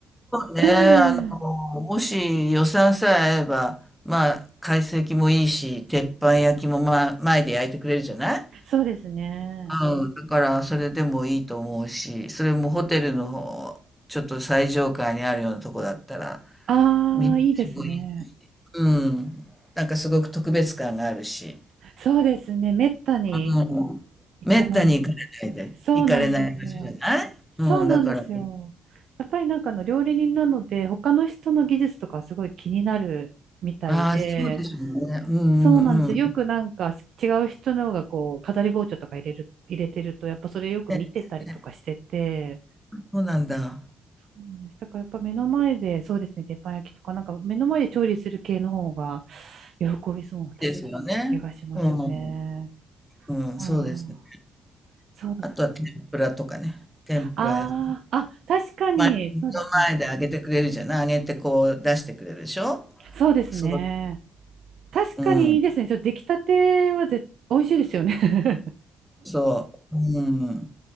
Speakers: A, in the centre; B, on the right.
A: ねえ、
B: <laughs>
A: あの、もし予算さえ合えば、まあ、懐石もいいし、鉄板焼きも、まあ、前で焼いてくれるじゃない
B: そうですね。
A: うん、だから、それでもいいと思うし、それもホテルの方、ちょっと最上階にあるようなとこだったら、
B: ああ、
A: 見晴らしもいい。
B: いいですね。
A: うん。なんかすごく特別感があるし、
B: そうですね。めったに
A: うん。
B: 行かないですね。
A: めったに行かれないで、
B: そうなんですよ。
A: 行かれない場所じゃないうん、
B: そうなんですよ。
A: だから、
B: やっぱりなんかあの料理人なので、他の人の技術とかすごい気になるみたいで、
A: ああ、そうでしょうね。うんうんうん。
B: そうなんですよ。よくなんか違う人のがこう、飾り包丁とか入れる、入れてると、やっぱそれよく見てたりとかしてて、
A: ねねそうなんだ。
B: そうなんです。だからやっぱ目の前で、そうですね、鉄板焼きとか、なんか目の前で調理する系の方が喜びそうな、確かに気がしますね。
A: ですよね。うん。うん、
B: ああ、
A: そうですね。
B: そうですね。
A: あとは天ぷらとかね。天ぷら屋さん。
B: ああ、あ、確かに、
A: まあ、目の前で揚げてくれるじゃない。
B: そうですね。
A: 揚げてこう出してくれるでしょ
B: そうですね。
A: そ
B: 確かにいいですね。
A: う。うん。
B: ちょっと出来たてはぜ、美味しいですよね。<laughs>
A: そう。うん。